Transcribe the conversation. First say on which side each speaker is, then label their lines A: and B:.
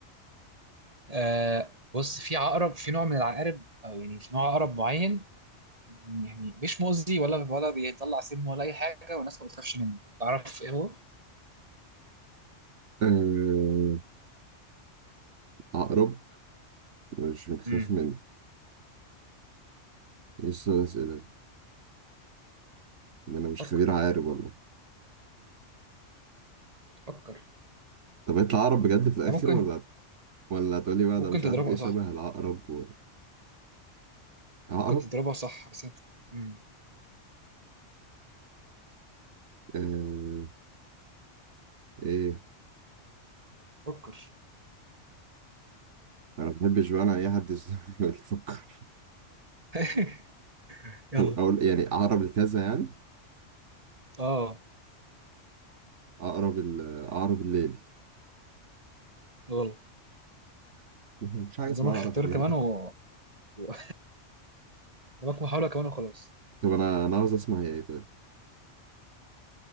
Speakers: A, on the right (about 30°); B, on the right (about 75°).
A: آه بص في عقرب في نوع من العقارب او يعني في نوع عقرب معين مم، يعني مش مؤذي ولا ولا بيطلع سم ولا اي حاجه والناس ما بتخافش منه تعرف ايه هو
B: آه، عقرب مش بنخاف
A: امم
B: منه لسه اسئله انا مش
A: فكر
B: خبير عارف والله
A: فكر
B: طب يطلع عقرب بجد في الاخر
A: ده ممكن
B: ولا ولا هتقولي بقى
A: ممكن
B: ده مش
A: تضربها
B: عارف ايه شبه
A: صح
B: العقرب و... عقرب
A: ممكن تضربها صح بس انت امم
B: آه... ايه
A: فكر
B: انا ما بحبش بقى انا اي حد يزنقني <laughs> يقول لي فكر
A: <laughs> يلا
B: طب اقول يعني عقرب الكذا يعني
A: اه
B: عقرب ال... عقرب الليل
A: غلط
B: <laughs> مش حاجه
A: قدامك
B: اسمها
A: اختيار
B: عقرب الليل
A: كمان
B: <laughs>
A: و و- قدامك محاولة كمان وخلاص
B: طب انا انا عاوز اسمع هي ايه طيب